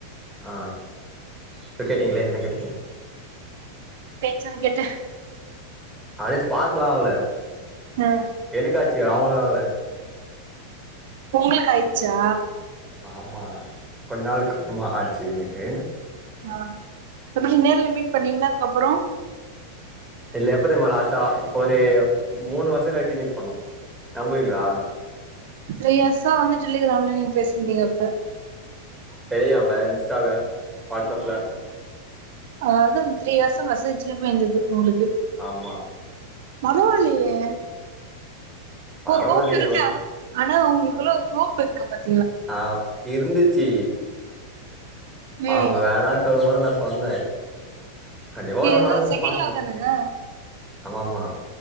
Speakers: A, in the centre; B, on the right.
A: ஆ இப்போ கேட்டிங்களே என்ன கேட்டீங்க
B: ச்சா கேட்ட
A: ஆடியோ ஸ்பார்க் லா ஆகல
B: ஆ
A: எனக்காச்சி அவங்களுக்காகல
B: உங்குளுக்காய்ருச்சா
A: ஆமா கொஞ்ச நாள்ளுக்கு அப்றோமா ஆச்சு என கு
B: ஆஹ் எப்டி நேர்ல மீட் பண்ணீங்களா அதுக்கப்றோ
A: இல்ல எப்பத்தெர்மா லாஸ்டா ஒரு மூணு வர்ஷோ கழிச்சு மீட் பண்ணோ நம்புவீங்களா
B: த்ரீ இயர்ஸா வந்து டெலிகிராம் ல நீங்க பேசிருந்தீங்க அப்ப
A: டெலிகிராம்ல இன்ஸ்டால வாட்ஸ்அப்ல
B: அஹ் அதுந்து த்ரீயேர்ஸ் மெசேஜ்ல போயிந்தது உங்களுது
A: ஆமா
B: பரவால்லயே
A: பரவாயில்லையேவா
B: ஒரு ஹோப் இருக்கு ஆனா உங்களுக்குள்ள ஒரு ஹோப் இருக்கு பாத்
A: ஆஹ் இருந்துச்சு
B: ம்
A: அவங்க வேணானு சொல்லும்போது நா சொன்ன கண்டிப்பா ஒரு
B: இது
A: நாள்
B: என்ன
A: நடக்கும்
B: செகண்ட்
A: பாருங்க
B: லவ் தானுங்க
A: ஆமாம்மா